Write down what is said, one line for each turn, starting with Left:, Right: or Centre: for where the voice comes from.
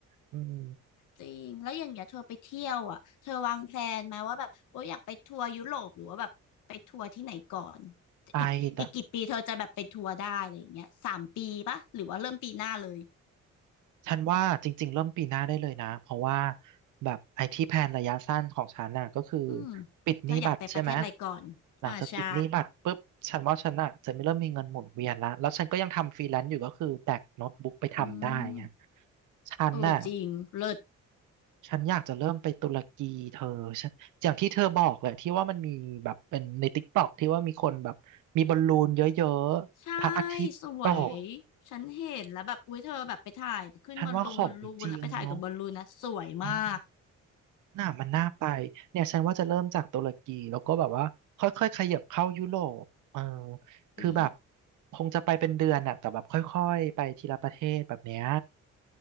Right: อืม
Left: จริง แล้วอย่างเงี้ยเธอไปเที่ยวอ่ะเธอวางแพลนไหมว่าแบบโอ้ยอยากไปทัวร์ยุโรปหรือว่าแบบไปทัวร์ที่ไหนก่อน
Right: ไปแต่
Left: อีกอีกกี่ปีเธอจะแบบไปทัวร์ได้อะไรอย่างเงี้ยสามปีปะหรือว่าเริ่มปีหน้าเลย
Right: ฉันว่าจริงๆเริ่มปีหน้าได้เลยนะเพราะว่าแบบไอที่แพลนระยะสั้นของฉันน่ะก็คือ
Left: อืม
Right: ปิดหนี้บัตรใช่ไหม
Left: เธออยากไปประเทศอะไรก่อนอ่าใช่
Right: หลังจากปิดหนี้บัตรปุ๊บฉันว่าฉันน่ะจะไม่เริ่มมีเงินหมุนเวียนละแล้วฉันก็ยังทำฟรีแลนซ์อยู่ก็คือแบกโน้ตบุ๊กไปทำได้ไง
Left: อืม
Right: ฉันน่ะ
Left: เออจริงเลิศ
Right: ฉันอยากจะเริ่มไปตุรกีเธอฉันอย่างที่เธอบอกเลยที่ว่ามันมีแบบเป็นในติ๊กต็อกที่ว่ามีคนแบบมีบอลลูนเยอะๆพระอาทิตย์ตก
Left: ใช่สวย ฉันเห็นแล้วแบบอุ้ยเธอแบบไปถ่ายขึ้นบอลลูนบอลลูนแล้วไปถ่ายกับบอลลูนนะสวยมาก
Right: ฉันว่าของจริงเนาะอืม น่ามันน่าไปเนี่ยฉันว่าจะเริ่มจากตุรกีแล้วก็แบบว่าค่อยๆขยับเข้ายุโรปเออคือแบบ
Left: อี
Right: คงจะไปเป็นเดือนอะแต่แบบค่อยๆไปทีละประเทศแบบเนี้ย